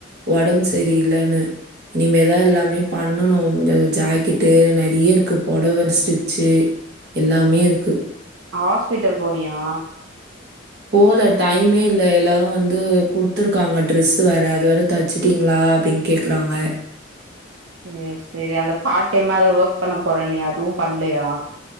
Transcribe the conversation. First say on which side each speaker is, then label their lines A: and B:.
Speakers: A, on the right; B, on the right.
A: ஓடம்பு சரியில்லனு இனிமேதா எல்லாமே பண்ணணு அந்த ஜாக்கெட்டு நெறயா இருக்கு பொடவ அந்த ஸ்டிச்சு எல்லாமே இருக்கு
B: ஆஸ்பிட்டல் போனியா?
A: போல டைமே இல்ல எல்லாரு வந்து குடுத்துருக்காங்க டிரெஸ்சு வேற அது வேற தச்சுட்டீங்ளா அப்டின் கேக்கறாங்க
B: சேரி சேரி அந்த பார்ட் டைமா எதோ ஒர்க் பண்ண போறன்னியே அதுவு பண்லயா